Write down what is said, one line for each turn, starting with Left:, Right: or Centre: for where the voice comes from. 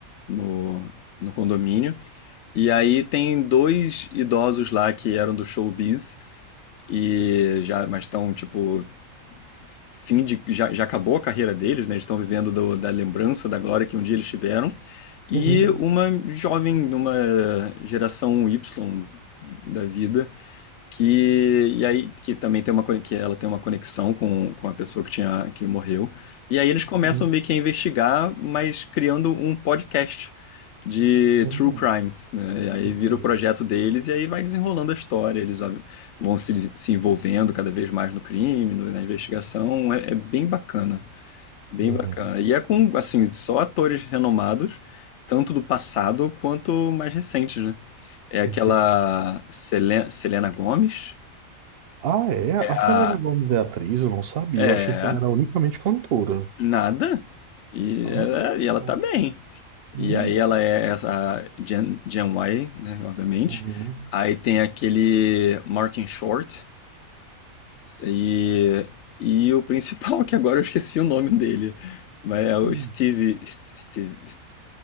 Left: no, no condomínio. E aí tem dois idosos lá que eram do showbiz e já, mas estão tipo fim de já, já acabou a carreira deles, né? Eles estão vivendo do- da lembrança, da glória que um dia eles tiveram. E
Right: uhum,
Left: uma jovem, uma geração Y da vida, que e aí que também tem uma con- que ela tem uma conexão com, com a pessoa que tinha que morreu. E aí eles começam
Right: uhum,
Left: meio que a investigar, mas criando um podcast de
Right: uhum.
Left: true crimes, né? E aí
Right: Entendi.
Left: vira o projeto deles e aí vai desenrolando a história. Eles ó, vão se, se envolvendo cada vez mais no crime, no- na investigação. É, é bem bacana, bem
Right: Uhum,
Left: bacana. E é com assim só atores renomados, tanto do passado quanto mais recentes, né? É aquela
Right: entendi.
Left: Selena, Selena Gomes,
Right: Ah, é? A Selena
Left: ah,
Right: Gomez é atriz? Eu não sabia.
Left: é,
Right: Eu achei que ela era unicamente cantora.
Left: nada. E
Right: Ah,
Left: ela, e ela
Right: Legal.
Left: tá bem.
Right: Hum,
Left: E aí ela é essa a Gen, Gen Y, né, obviamente.
Right: uhum,
Left: Aí tem aquele Martin Short e, e o principal, <laughs> que agora eu esqueci o nome dele. Mas é o
Right: uhum.
Left: Steve, St- Steve,